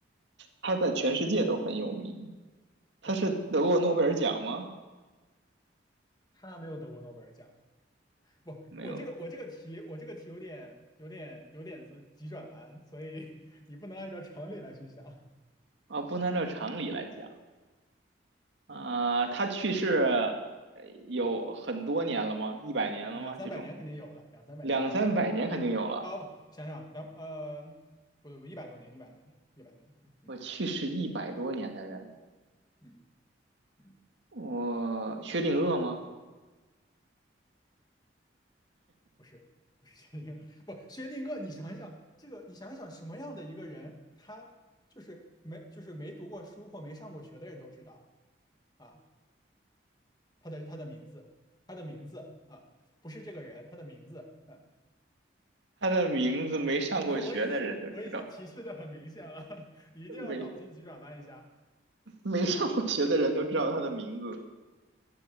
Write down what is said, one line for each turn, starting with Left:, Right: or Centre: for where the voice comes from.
Right: 他在全世界都很有名，他是得过诺贝尔奖吗？
Left: 对，他没有得过诺贝尔奖，不，
Right: 没有
Left: 我这个我这个题，我这个题有点有点有点子急转弯，所以你不能按照常理来去想。
Right: 啊，不能按照常理来讲。啊、
Left: 对，
Right: 他去世呃有很多年了吗？一百年了吗？
Left: 嗯，两三百年肯定有了，
Right: 这种
Left: 两三百年肯定有。
Right: 两三百年肯定有了。
Left: 啊，不，想想两呃，不对不，一百多年，一百多年，一百多年。嗯
Right: 我去世一百多年的人，
Left: 嗯嗯，
Right: 我薛定谔吗？
Left: 不是不是薛定谔，不薛定谔，你想一想这个，你想一想什么样的一个人，他就是没就是没读过书或没上过学的人都知道啊，他的他的名字，他的名字啊，不是这个人，他的名字，嗯。
Right: 他的名字没上过学的人都知道，
Left: <laughs> 我已经我已经提示的很明显了，<laughs> 你一定要脑筋急转弯一下。
Right: 没没上过学的人都知道他的名字。